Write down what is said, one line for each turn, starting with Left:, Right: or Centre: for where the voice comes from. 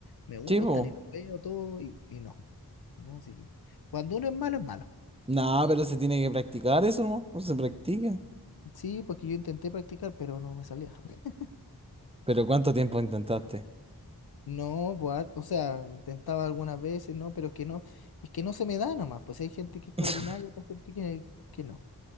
Left: me gustan
Right: Chivo.
Left: y los veo todo y, y no, no, sí. Cuando uno es malo, es malo.
Right: Nada, pero se tiene que practicar eso, ¿no? No se practica.
Left: Sí, porque yo intenté practicar, pero no me salía. <laughs>
Right: Pero ¿cuánto tiempo intentaste?
Left: No, pues, o sea, intentaba algunas veces, no, pero es que no, es que no se me da nomás, pues hay gente que es coordinada
Right: <laughs>
Left: y otra gente que, que no.